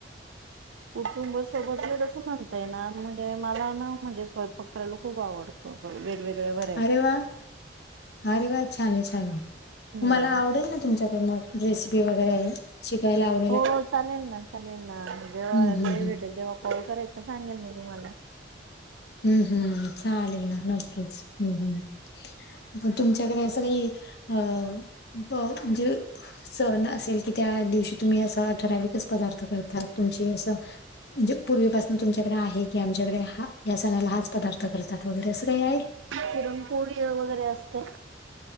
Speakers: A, on the right; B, on the left.
A: कुटुंब सोबत तसं म्हणताय ना. म्हणजे मलाय ना, म्हणजे स्वयंपाक करायला खूप आवडत. ह, वेगवेगळ्या व्हर
B: अरे, वा! अरे, वा! छानय, छानय.
A: हम्म
B: मला आवडेल ना, तुमच्या मग रेसिपी वगैरे अजून शिकायला आव
A: हो, चालेल ना. चालेल ना. जेव्हा
B: हम्म हम्म
A: वेळ
B: हम्म
A: भेटेल तेव्हा, कॉल करायचा सांगेल मी तुम्हाला.
B: हम्म, हम्म चालेल ना नक्कीच हम्म, हम्म म तुमच्याकडे असं काही अ <unintelligible> सण असेल की त्या दिवशी तुम्ही असं ठराविकच पदार्थ करतात तुमची अस म्हणजे पूर्वीपासून तुमच्याकडे आहे कि आमच्याकडे हा या सणाला हाच पदार्थ करतात वगैरे असं काही आहे
A: पुरणपोळी वगैरे असते